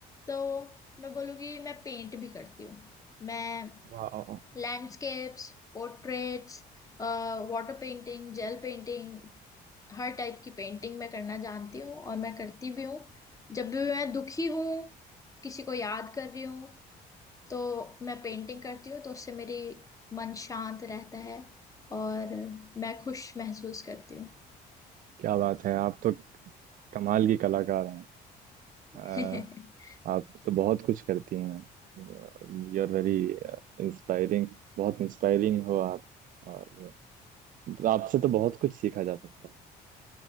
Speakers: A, on the left (about 20°); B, on the right (about 55°).
A: तो मैं बोलूँगी मैं पेंट भी करती हूँ मैं
B: वाह
A: landscapes portraits water painting gel painting हर टाइप की पेंटिंग मैं करना जानती हूँ और मैं करती भी हूँ जब भी मैं दुखी हूँ किसी को याद कर रही हूँ तो मैं पेंटिंग करती हूँ तो उससे मेरी मन शांत रहता है और मैं खुश महसूस करती हूँ
B: क्या बात है आप तो कमाल की कलाकार हैं
A: <laughs>
B: अ, आप तो बहुत कुछ करती हैं You are very inspiring बहुत इंस्पायरिंग हो आप और आपसे तो बहुत कुछ सीखा जा सकता है